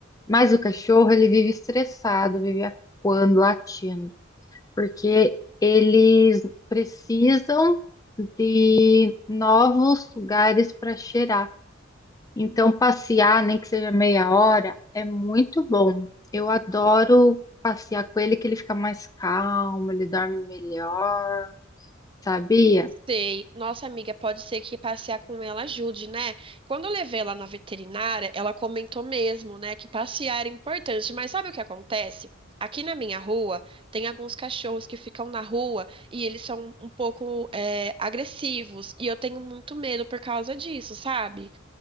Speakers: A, on the left (about 15°); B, on the right (about 25°).
A: Mas o cachorro, ele vive estressado, vive acuando, latindo, porque eles precisam de novos lugares para cheirar. Então, passear, nem que seja meia hora, é muito bom. Eu adoro passear com ele, que ele fica mais calmo, ele dorme melhor, sabia?
B: Sei, nossa amiga, pode ser que passear com ela ajude, né? Quando eu levei ela na veterinária, ela comentou mesmo, né, que passear era importante, mas sabe o que acontece? Aqui na minha rua, tem alguns cachorros que ficam na rua e eles são um pouco, é, agressivos, e eu tenho muito medo por causa disso, sabe?